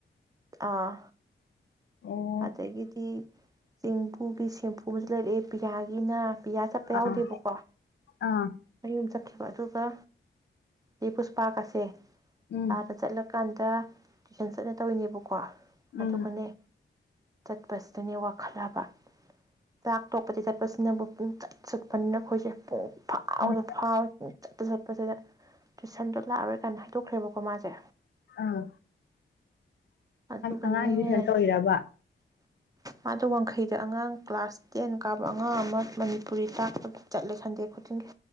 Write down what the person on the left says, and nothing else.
ꯑꯣ
ꯑꯥ
ꯑꯥ
ꯎꯝ
ꯎꯝ
ꯑꯥ
ꯑꯥ
ꯑꯉꯥꯡꯗꯨ ꯇꯨꯏꯁꯟ ꯇꯧꯔꯤꯔꯕ